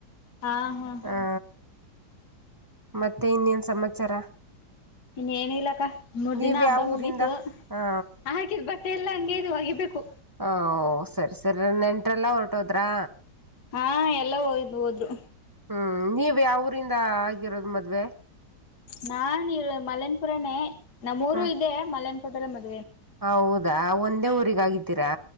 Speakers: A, on the left; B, on the right.
A: ಹಾ ಹಾ
B: ಹ ಮತ್ತೆ ಇನ್ನೇನ್ ಸಮಾಚಾರ.
A: ಇನ್ನ ಏನಿಲ್ಲಕ್ಕ ಮೂರ್
B: ನೀವ್
A: ದಿನ ಹಬ್ಬ
B: ಯಾವ ಊರಿಂದ
A: ಮುಗೀತು
B: ಹಾ
A: ಹಾಕಿದ ಬಟ್ಟೆ ಎಲ್ಲ ಅಂಗೆ. ಐತೆ ಹೋಗಿಬೇಕು
B: ಹೋ ಸರಿ ಸರ್ ನೆಂಟ್ರಲ್ಲ ಹೊರಟೋದ್ರಾ.
A: ಹಾ ಎಲ್ಲ ಹೋಗಿದ್ ಹೋದ್ರು.
B: ಹ್ಮ್ ನೀವ್ ಯಾವ ಊರಿಂದ ಆಗಿರೋದ ಮದ್ವೆ.
A: ನಾ ಇ ಮಲಯನ್ಪುರನೇ ನಮ್ಮೂರು
B: ಹ್ಮ್
A: ಇದೆ ಮಲಯನ್ಪುರದಲ್ಲಿ ಮದುವ್
B: ಹೌದಾ ಒಂದೇ ಊರಿಗಾಗಿದ್ದೀರಾ.